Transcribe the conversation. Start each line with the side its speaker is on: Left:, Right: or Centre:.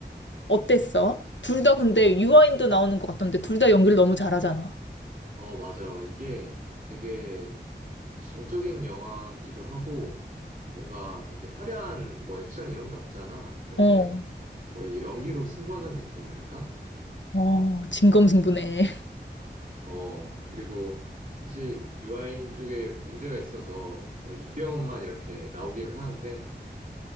Left: 어땠어? 둘 다 근데 유아인도 나오는 것 같던데 둘 다 연기를 너무 잘하잖아.
Right: 어, 맞아. 이게 되게 어, 정적인 영화기도 하고, 뭔가 되게 화려한 뭐 액션 이런 게 없잖아. 그런데
Left: 어,
Right: 거의 연기로 승부하는 느낌이랄까?
Left: 어, 진검승부네. <laughs>
Right: 어, 그리고 사실 유아인 쪽에 문제가 있어서 그 이병헌만 이렇게 나오긴 하는데,